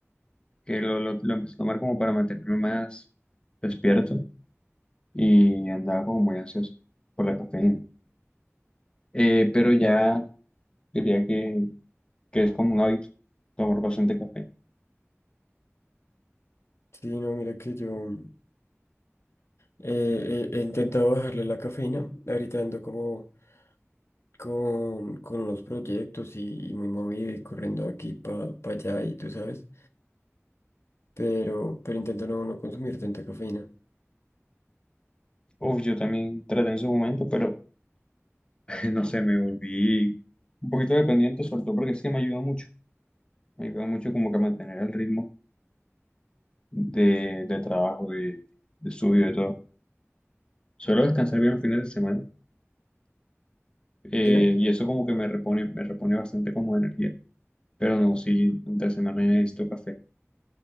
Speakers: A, on the left; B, on the left.
A: que lo, lo, lo empecé a tomar como para mantenerme más despierto y andaba como muy ansioso por la cafeína. Eh, pero ya
B: Sí,
A: diría que, que es como un hábito tomar bastante café.
B: sí, no, mira que yo eh, eh, he intentado bajarle la cafeína. Ahorita ando como con, con unos proyectos y, y muy movido y corriendo de aquí para allá y tú sabes. Pero, pero intento no, no consumir tanta cafeína.
A: Uf, yo también traté en su momento, pero <laughs> no sé, me volví un poquito dependiente, sobre todo porque es que me ayuda mucho. Me ayuda mucho como que a mantener el ritmo de, de trabajo, de, de estudio, de todo. Suelo descansar bien los fines de semana eh,
B: Dime,
A: y eso como que me repone, me repone bastante como de energía. Pero no, sí, entre semana necesito café.